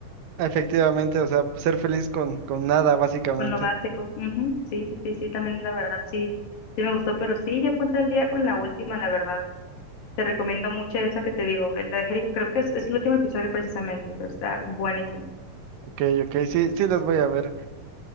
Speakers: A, on the right; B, on the left.
A: Efectivamente, o sea, ser feliz con, con nada, básicamente.
B: con lo básico. ujú, Sí, sí, sí, sí, también la verdad, sí, sí me gustó, pero sí, ya ponte al día con la última, la verdad. Te recomiendo mucho esa que te digo, la de Jericho, creo que es, es el último episodio precisamente, pero está buenísimo.
A: Ok, ok, sí, sí las voy a ver.